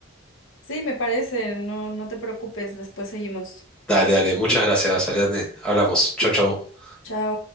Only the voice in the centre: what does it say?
Dale, dale. Muchas gracias, Ariadne. Hablamos. Chau, chau.